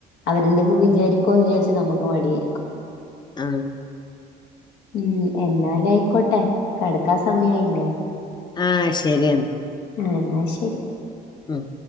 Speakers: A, on the left; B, on the left.
A: അവരെന്തെങ്കിലും വിചാരിക്കോന്ന് വിചാരിച്ച് നമ്മക്ക് മടിയായിരിക്കും
B: ആഹ്
A: ഉം എന്നാലായ്ക്കോട്ടെ കടക്കാൻ സമയായില്ലേ
B: ആഹ് ശരിയെന്നാ
A: ആഹ് എന്നാ ശരി
B: ഉം